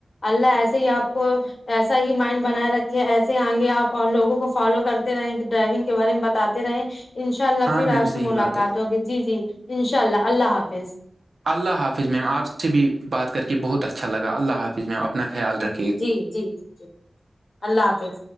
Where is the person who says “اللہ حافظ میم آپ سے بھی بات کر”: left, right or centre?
Right